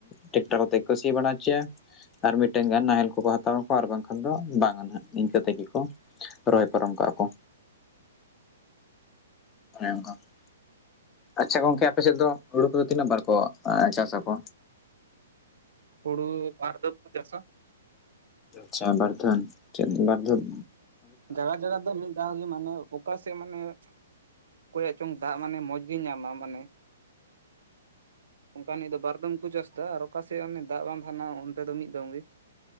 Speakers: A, on the left; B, on the right.
A: ᱴᱮᱠᱴᱟᱨ ᱠᱚᱛᱮ ᱠᱚ ᱥᱤ ᱵᱟᱲᱟ ᱦᱚᱪᱚᱭᱟ ᱟᱨ ᱢᱤᱫᱴᱮᱱ ᱜᱟᱱ ᱱᱟᱦᱮᱞ ᱠᱚᱠᱚ ᱦᱟᱛᱟᱣᱟᱠᱚ ᱟᱨ ᱵᱟᱝᱠᱷᱟᱱ ᱫᱚ ᱵᱟᱝ᱾ ᱤᱝᱠᱟᱹ ᱛᱮᱜᱮ ᱠᱚ ᱨᱚᱦᱚᱭ ᱯᱟᱨᱚᱢ ᱠᱟᱜᱼᱟ ᱠᱚ᱾ <unintelligible> ᱟᱪᱪᱷᱟ ᱜᱚᱝᱠᱮ ᱟᱯᱮ ᱥᱮᱫ ᱫᱚ ᱦᱩᱲᱩ ᱠᱚᱫᱚ ᱛᱤᱱᱟᱹᱜ ᱵᱟᱨ ᱠᱚ ᱪᱟᱥᱟ ᱠᱚ?
B: ᱦᱲᱩ ᱵᱟᱨᱫᱚᱢ ᱠᱚ ᱪᱟᱥᱟ᱾
A: ᱟᱪᱪᱷᱟ ᱵᱟᱨᱫᱷᱚᱱ ᱪᱮᱫ ᱵᱟᱨᱫᱷᱚᱱ?
B: ᱡᱟᱭᱜᱟ ᱡᱟᱭᱜᱟ ᱫᱚ ᱢᱤᱫ ᱫᱷᱟᱣ ᱜᱮ ᱢᱟᱱᱮ ᱚᱠᱟ ᱥᱮᱫ ᱢᱟᱱᱮᱼ ᱚᱠᱚᱭᱟᱜ ᱪᱚᱝ ᱫᱟᱜ ᱢᱟᱱᱮ ᱢᱚᱡᱽ ᱜᱮ ᱧᱟᱢᱟ ᱢᱟᱱᱮᱼᱼ ᱚᱱᱠᱟᱱᱤᱡ ᱫᱚ ᱵᱟᱨ ᱫᱚᱢ ᱠᱚ ᱪᱟᱥ ᱫᱟ ᱟᱨ ᱚᱠᱟᱥᱮᱫ ᱚᱱᱮ ᱫᱟᱜ ᱵᱟᱝ ᱛᱟᱦᱮᱱᱟ ᱚᱱᱛᱮ ᱫᱚ ᱢᱤᱫ ᱫᱚᱢ ᱜᱮ᱾